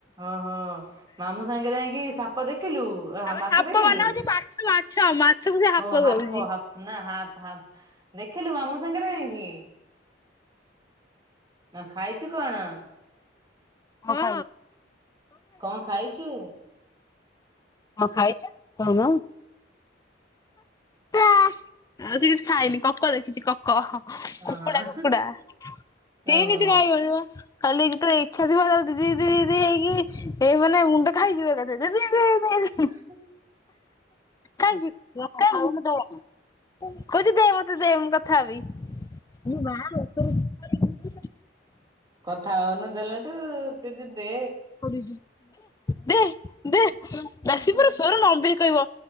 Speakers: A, on the right; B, on the left.
A: ଓହୋ ମାମୁଁ ସାଙ୍ଗରେ ଯାଇଁକି ସାପ ଦେଖିଲୁ। ଓ
B: ଆମେ
A: ମାଛ
B: ହାପ
A: ଦେଖିଲୁ
B: ମାନେ ହଉଛି ମାଛ ମାଛ ମାଛକୁ ସେ
A: ଓ
B: କହୁଛି
A: ହାପ ହପ ନା ହାପ ହାଫ ଦେଖିଲୁ ମାମୁଁ ସାଙ୍ଗରେ ଯାଇଁକି। ନା ଖାଇଛୁ କଣ?
B: ହଁ।
A: କଣ ଖାଇଛୁ?
B: ହଁ ଖାଇଚ କହୁନ। ଆଉ ସେ କିଛି ଖାଇନି କକ ଦେଖିଛି କ କକ
A: ଓହୋ
B: କୁକୁଡ଼ା କୁକୁଡ଼ା କେ
A: ଓହୋ।
B: କିଛି କହିବନି ମ। ଖାଲି ଯେତେବେଳେ ଇଚ୍ଛା ଥିବ ସେତେବେଳେ ଦିଦି ଦି ଦି ହେଇକି ଏଇ ମାନେ ମୁଣ୍ଡେ ଖାଇଯିବ ଏକାଥରେ। ଦିଦି
A: ହେ ହେ।
B: କାହିଁକି କହୁଛି ଦେ ମତେ ଦେ ମୁଁ କଥା ହେବି। ବା
A: କଥା ହଉନୁ ଦେଲେ ହେଠୁ ଦିଦି ଦେ।
B: ଦେ ଦେ ଦେ। <unintelligible> ସ୍ୱର ଲମ୍ବେଇ କି କହିବ